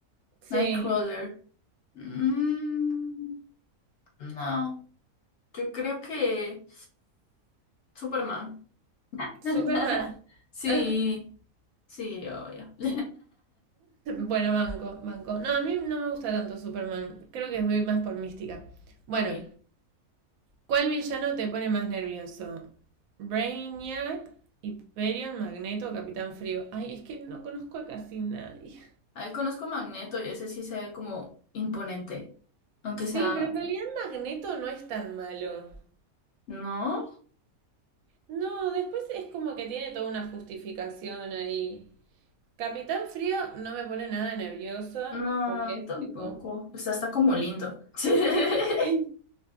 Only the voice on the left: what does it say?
Nightcrawler. Mm, no, yo creo que Superman. <laughs>
Sí,
sí, obvio. <laughs>
Ok.
Ahí conozco Magneto y ese sí se ve como imponente. Aunque
sea.
No,
no,
tampoco.
Está hasta como lindo. <laughs>